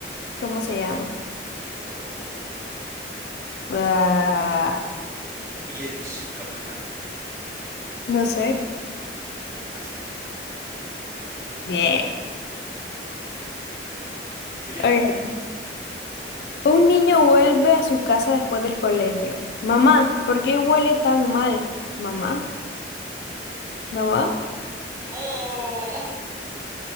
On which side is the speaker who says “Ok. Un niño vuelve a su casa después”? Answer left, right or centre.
Left